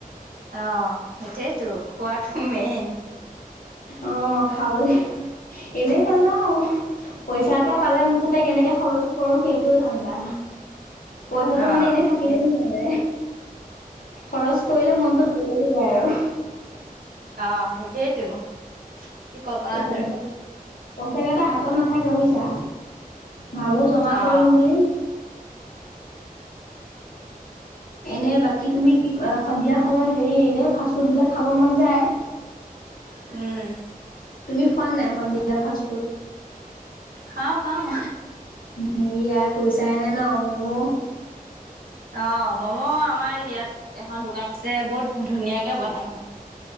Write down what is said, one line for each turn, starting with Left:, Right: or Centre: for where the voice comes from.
Right: অ সেইটোৱেইতো। খোৱাটো মেইন।
Left: অ খাবলৈ এনেই নাযাও। পইচ টো পালে মুঠতে কেনেকে খৰচ কৰো সেইটো ধান্ডা। পইচাটো
Right: অ',
Left: মানে এনেই থাকিবই
Right: সেই
Left: নোৱাৰে। খৰচ কৰিলে মনটো <unintelligible> লাগি যায় আৰু।
Right: অ সেইটোয়েইতো। কি কবা
Left: পইচা
Right: আৰু।
Left: কেইটা পইচা কেইটা হাতত নাথাকে বুজিছা। ভাবো জমা
Right: অ',
Left: কৰিম বুলি <inaudible> এনে বাকী তুমি কি সন্ধিয়া সময়ত হেৰি এনে ফাষ্ট ফুড বিলাক খাব মন যায়।
Right: উম।
Left: তুমি খোৱানে নাই সন্ধিয়া ফাষ্ট ফুড?
Right: খাওঁ, খাওঁ।
Left: সি ইয়াৰ কৈছাহেনে ন ম'মো
Right: অ মম' আমাৰ ইয়াত এখন দোকান আছে বহুত ধুনীয়া কে বনাই বা।